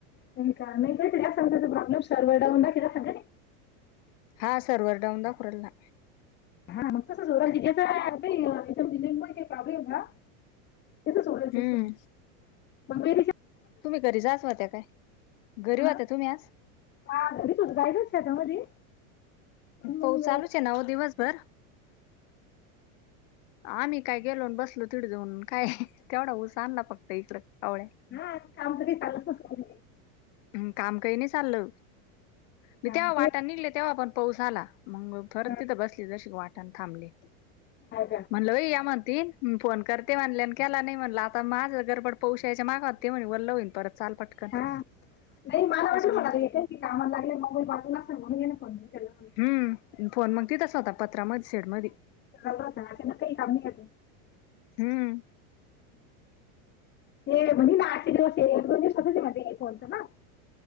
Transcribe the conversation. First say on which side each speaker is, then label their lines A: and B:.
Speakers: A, on the left (about 25°); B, on the left (about 60°).
A: होय का नाही काही तरी असन त्याचे प्रॉब्लेम सर्व्हर डाऊन दाखीत असणं कानी
B: हा सर्व्हर डाऊन दाखवू राहिला.
A: हा मग तसचं होऊ राहिल आज काही लिंक मधी प्रॉब्लेम हे का <inaudible> तसच
B: हम्म
A: तस मग म <inaudible>
B: तुम्ही घरी जाच होत्या काय.
A: हा
B: घरी होत्यात तुम्ही आज‌.
A: हा घरीच होते जायचा का शेतामध्ये. पण मग
B: पाऊस चालूच आहे ना ओ दिवसभर.
A: हं <inaudible>
B: आम्ही काय गेलो बसलो तिकडं जाऊन काय तेवढा ऊस आणला फक्त इकडं कावळे
A: हा काम तरी चालु असतय.
B: हम् काम काही नाही चाललं. मी
A: हा
B: तेव्हा वाटा
A: ते
B: निघले तेव्हा पण पाऊस आला. मग परत
A: हा
B: तिथं बसली जशी वाटण थांबली
A: का
B: म्हणलई या ती फोन करते म्हणले आणि केला नाही म्हणलं आता माझं गरबड पोशायचे मागा ते म्हणे वल्ल होईन परत चाल पटकन.
A: हा नाही मला
B: त्याच्यामुळे
A: वाटलं मला कामाला लागले मोबाईल बाजूला असलं म्हणून ये नी फोन उचलला
B: हम्म फोन मग तितच होता पत्रामध्ये सेड मध्ये.
A: ना काही काम नाही आलं <inaudible>
B: हम्म
A: ते म्हणजे ना आचे दिवस दोन दिवस कोणतं ना <inaudible>